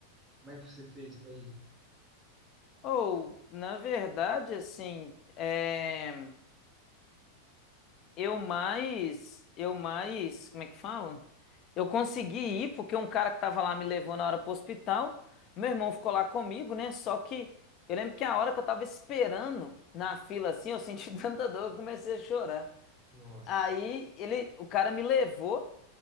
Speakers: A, in the centre; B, on the left.
A: como é que você fez para ir?
B: Ou, na verdade, assim. É... Eu mais. Eu mais. Como é que falam? Eu consegui ir porque um cara que tava lá me levou na hora pro hospital. Meu irmão ficou lá comigo, né? Só que eu lembro que a hora que eu tava esperando na fila assim, eu senti <laughs> tanta dor, eu comecei a chorar.
A: Nossa.
B: Aí ele, o cara me levou